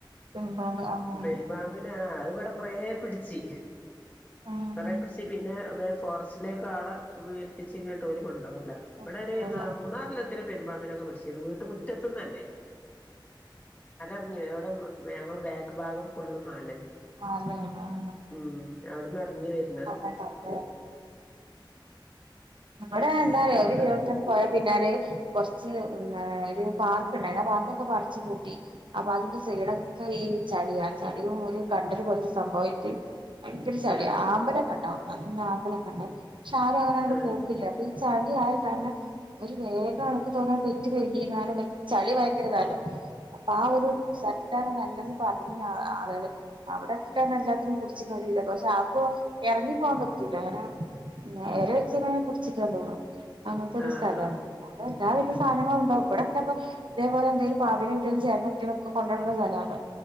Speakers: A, on the right; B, on the left.
A: ഉം പാണ്ട് ആഹ്
B: പെരുമ്പാമ്പ് പിന്നാ അത് ഇവിടെ കൊറേ പിടിച്ചി
A: ആഹ്
B: കൊറെ പിടിച്ച് പിന്നെേ വേ ഫോറസ്റ്റിലേക്കളെ വരിത്തിച്ച് ഇങ്ങോട്ട ഓല് കൊണ്ടു പോകല ഇവിടെര്
A: എന്തൂരാ
B: ന മൂന്നാലെണ്ണത്തിനെ പെരുമ്പാമ്പിനെക്കെ പിടിച്ചിരുന്നു വീട്ട് മുറ്റത്ത്ന്നന്നെ റിഞ്ഞു എവിടെ ഞങ്ങള്ൾ ബാക്ക് ഭാഗം ഫുള്ളും മലയ
A: മലയല്ലേ
B: ഉം അവിടന്ന്റങ്ങി വര
A: <inaudible> ഇമ്മടെ എന്താ
B: പിന്നെ
A: അറിയോ
B: അയിനൊന്നും
A: ഒരു
B: ക
A: കിലോറ്റർ പോയ പിന്നല് കൊറച്ച് ഒരു പാർക്ക് ഉണ്ടായിരുന്നു ആഹ് പാർക്കൊക്കെ പറച്ച് കൂട്ടി അപ്പൊ അതിന്റെ സൈഡൊക്കെ ഈ ചളിയാ ചളിയും ഒരു കണ്ടര് പോലത്തെ സംഭവമായിട്ട് ഭയങ്കരി ചളിയ
B: ആഹ്
A: ആപലക്കണ്ടാവും നല്ല ആപലക്കണ്ടവും പക്ഷെ ആരങ്ങനെ
B: ആഹ്
A: പോക്കില്ല അപ്പൊ ഈ ചളിയ ആയ കാരണം ഇര് വേഗം നമുക്ക് തോന്നാ ഴുകാലും ചളി ഭയങ്കരതാല്ലോ അപ്പൊ ആഹ് ഒരു സ്ഥലത്തണ് നല്ലത് പറഞ്ഞിന് ആ ആളുകള് അവിടക്കെ എല്ലാത്തിനും പുടിച്ചിക്കാൻ കഴിയില്ല പക്ഷെ ആപ്പോ ഇറങ്ങി പോകാൻ പറ്റൂല്ല അങ്ങനെ നേരെ വെച്ചനെ പുടിച്ചിയ്ക്കാൻ തോന്നും അങ്ങനത്തെ ഒരു
B: ആഹ് ആഹ്
A: സ്ഥലമാണ് അടെ എല്ലാവിത സാധനങ്ങളും ഉണ്ടാവും ഇവിടൊക്കെ ഇപ്പൊ ഇതേപോലെ എന്തേലും പാമ്പിനെ കിട്ടിയാലും ചേരനേ കിട്ടിയാലും ഒക്കെ കൊണ്ടട്ടുന്ന സ്ഥലമാണ്